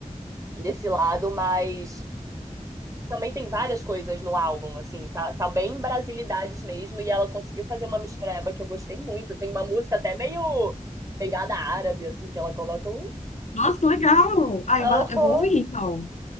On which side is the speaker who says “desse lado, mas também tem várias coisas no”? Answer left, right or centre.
Right